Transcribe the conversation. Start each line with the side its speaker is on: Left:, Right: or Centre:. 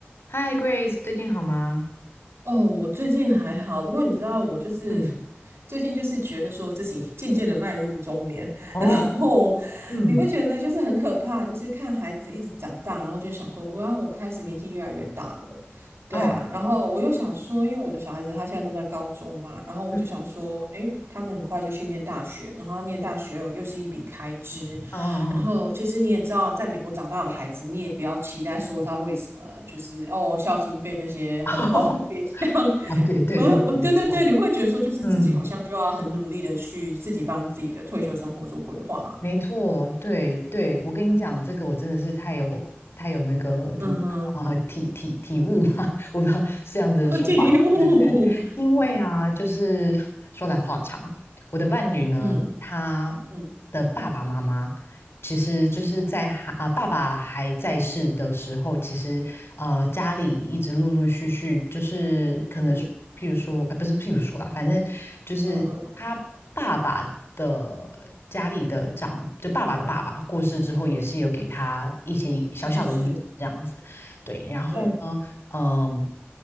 Left: 嗨，Grace，最近好吗？
Right: 哦，我最近还好，不过你知道，我就是
Left: 嗯，
Right: <laughs> 最近就是觉得说自己 <laughs> 渐渐的迈入中年，
Left: 哦，
Right: 然后你不觉得就是很可怕，
Left: 嗯，
Right: 就是看孩子一直长大，然后就想说，哇，我开始年纪越来越大了，对啊，
Left: 哦，
Right: 然后我又想说，因为我的小孩子他现在都在高中嘛，然后我就想说，
Left: 嗯，嗯
Right: 诶，他们很快就去念大学，然后念大学又是一笔开支，
Left: 嗯
Right: <laughs> 然后其实你也知道，在美国长大的孩子，你也不要期待说他会什么，就是哦，孝心费那些红包都别想。
Left: 嗯，<laughs> 了解，
Right: <laughs>
Left: 对对对，
Right: 我我对对对，
Left: 没错，
Right: 你会觉得说，就是自己好像就要很努力的去自己帮自己的退休生活做规划啊
Left: 嗯，没错，对对，我跟你讲，这个我真的是太有太有那个怎么讲啊，
Right: 嗯哼，
Left: 体体体悟嘛，<laughs> 我不知道是这样子的说法，
Right: <laughs> 体悟，
Left: 对对，因为啊，就是说来话长，我的伴侣呢，
Right: 嗯
Left: 他的爸爸妈妈。
Right: 嗯
Left: 其实就是在哈啊爸爸还在世的时候，其实呃家里一直陆陆续续就是可能是譬如说，
Right: 是，
Left: 呃不是譬如说啦，反正就是他爸爸的家里的长，
Right: 嗯嗯嗯，
Left: 就爸爸的爸爸过世之后，也是有给他一些小小的遗产这样子，
Right: 是，
Left: 对，然后呢，
Right: 对，
Left: 嗯、